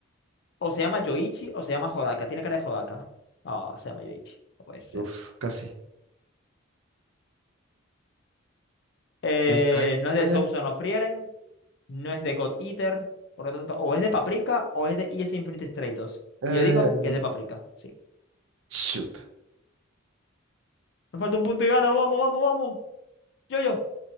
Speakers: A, on the left; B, on the right.
A: O se llama Yoichi o se llama Hodaka. Tiene cara de Hodaka. Ah, se llama Yoichi. No puede ser.
B: Uf, casi.
A: Eh,
B: Esta es
A: no es de
B: de...
A: Soul Son of Frieren. No es de God Eater. Por lo tanto, o es de Paprika o es de ES Infinite Stratos.
B: eh,
A: Y yo digo que es de Paprika. Sí.
B: shoot.
A: Me falta un punto y gana. Vamos, vamos, vamos. Yo, yo.